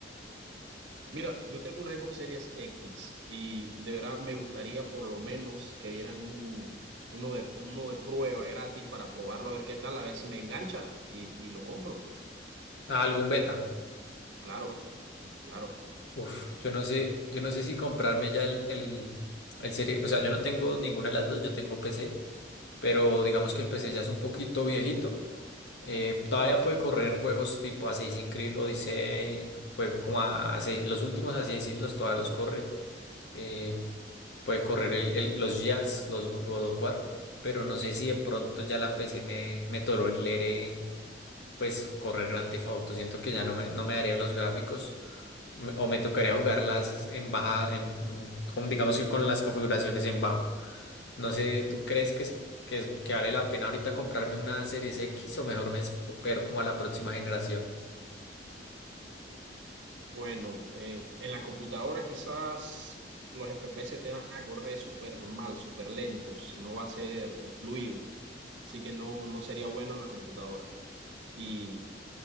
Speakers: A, on the right (about 85°); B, on the left (about 65°).
A: Mira, yo tengo una Xbox Series X y de verdad me gustaría por lo menos que dieran un- uno de, uno de prueba gratis para probarlo, a ver qué tal, a ver si me engancha y, y lo compro.
B: Ah, algún beta.
A: Claro, claro.
B: Uf, yo no sé, yo no sé si comprarme ya el, el, el serie, o sea, yo no tengo ninguna de las dos, yo tengo PC, pero digamos que el PC ya es un poquito viejito. Eh, todavía puede correr juegos tipo Assassin's Creed Odyssey, juego como a, Assassin- los últimos Assassin's los todavía los corre. eh, puede correr el- el- los yards, los God of War, pero no sé si de pronto ya la PC me, me tolere pues correr Grand Theft Auto. Siento que ya no me, no me darían los gráficos me- o me tocaría jugarlas en baja, en, mm, con- digamos que con las configuraciones en bajo. No sé, ¿tú crees que es, que es- que vale la pena ahorita comprarme una Series X o mejor me espero como a la próxima generación?
A: Bueno, eh, en la computadora quizás los FPS te van a correr súper mal, súper lentos, no va a ser eh, fluido, así que no, no sería bueno en la computadora. Y